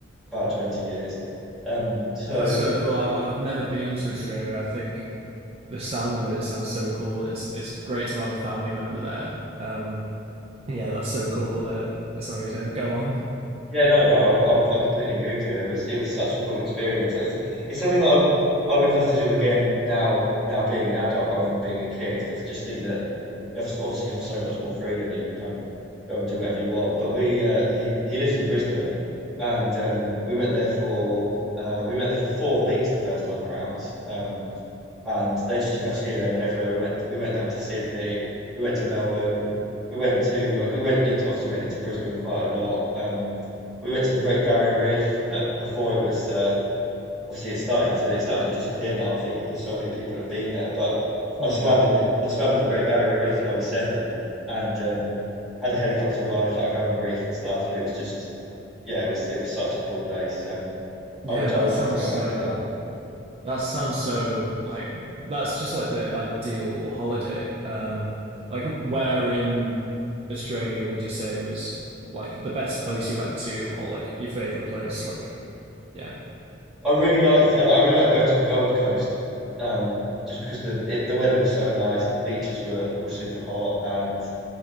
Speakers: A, in the centre; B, on the right.
A: about 20 years um so
B: That's so cool. I've I've never been to Australia. I think the sound of it sounds so cool, and it's it's great to have a family member there. Um, yeah, that's so cool. Uh, sorry, uh, go on.
A: Yeah, no, no, I, I, I completely agree with you. It was it was such a cool experience. Like, It's it's something that I I would love to do again now now being an adult rather than being a kid because I just think that you have, obviously you have so much more freedom. You can kind of go and do whatever you want. But we uh, he he lives in Brisbane, and um, we went there for uh, we went there for four weeks the first time around. Um, and they just took us here, there, and everywhere. We went we went down to Sydney, we went to Melbourne, we, we went to uh, we went into obviously went into Brisbane quite a lot. Um, we went to the Great Barrier Reef that before it was uh, obviously it's starting to it's starting to disappear now, I think, because so many people have been there. But
B: Yeah,
A: I swam in the I swam in the Great Barrier Reef when I was seven, and um, had a helicopter ride like around the reef and stuff, and it was just yeah, it was it was such a cool place. Um,
B: yeah,
A: I would
B: that
A: I would
B: sounds
A: love to go
B: so.
A: back there now.
B: That sounds so like that's just like the ideal holiday. Um, like where in Australia would you say was like the best place you went to or like your favorite place? Like, yeah.
A: I really liked uh, I really liked going to the Gold Coast, um, just because the it, the weather was so nice and the beaches were were super hot and